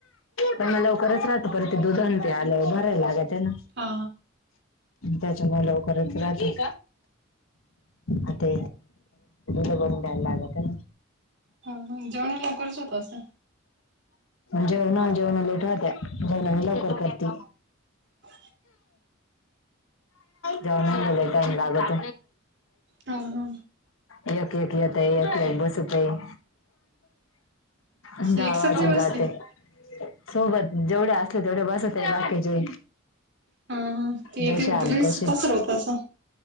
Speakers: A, on the left (about 80°); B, on the right (about 55°).
A: पण म लवकरच राहत पर ते दुधां ते आलं भरायला लागा ना.
B: हा
A: त्याच्यामुळे लवकरच राहते. पर द बला ना.
B: हा जेवणा लवकरच होत असं.
A: जेवणा जेवणा ललेटवत्या जेवणा म लॉकर करती.
B: अ्.
A: जवला टाइम लागत.
B: हा हा.
A: एक एक येत आहे एक एक बसतय. का <inaudible> दा
B: एकसाथ
A: वाजून
B: नाही
A: जाते,
B: बसते.
A: सोबत जेवढे असले तेवढे बसते बाकीचे
B: हा हा, ते
A: जसे
B: एक
A: आले
B: लईचं
A: तसे
B: कसतर होत असं.